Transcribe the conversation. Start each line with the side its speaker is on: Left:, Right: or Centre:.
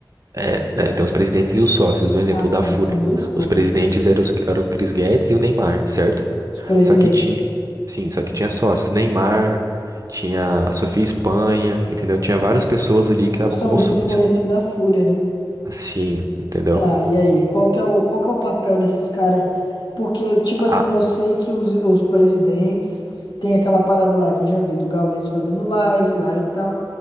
Right: É, né, tem os presidentes e os sócios, um exemplo
Left: Ah, tá.
Right: da Fúria.
Left: São duas coisas.
Right: Os presidentes eram, os- eram o Chris Guedes e o Neymar, certo?
Left: Os presidentes.
Right: Só que tinha, sim, só que tinha sócios, Neymar, tinha a Sofia Espanha, entendeu? Tinha várias pessoas ali que estavam
Left: São
Right: como
Left: os
Right: sócios.
Left: influencers da Fúria, né?
Right: Assim, entendeu?
Left: Tá, e aí, qual que é o, qual que é o papel desses caras? Porque, tipo assim,
Right: A-
Left: eu sei que os, os presidentes tem aquela parada lá que eu já vi do Gaules fazendo live lá e tal.